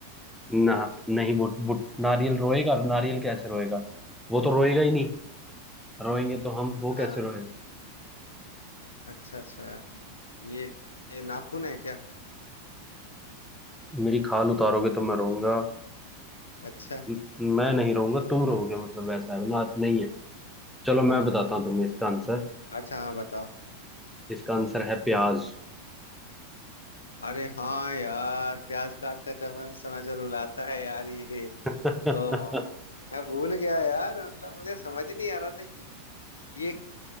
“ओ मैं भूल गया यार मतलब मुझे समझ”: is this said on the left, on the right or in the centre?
Left